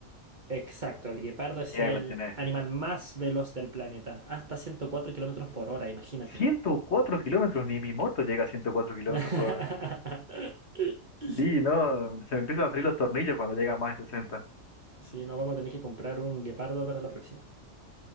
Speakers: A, on the right; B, on the left.
A: Exacto, el guepardo es
B: ya
A: el
B: la tiene.
A: animal más veloz del planeta, hasta 104 kilómetros por hora, imagínate.
B: ciento cuatro kilómetros, ni mi moto llega a 104 kilómetros
A: <laughs>
B: por hora. Sí, no, se me empiezan a salir los tornillos cuando llega a más de sesenta
A: Sí, no vamos a tener que comprar un guepardo para la próxima.